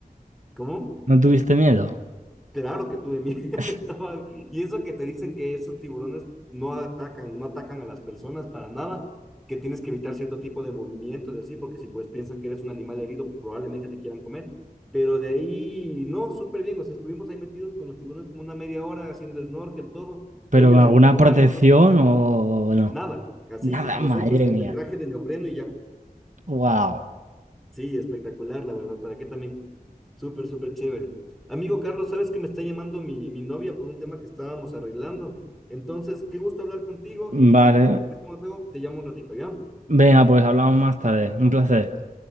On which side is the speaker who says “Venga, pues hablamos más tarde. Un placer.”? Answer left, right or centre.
Right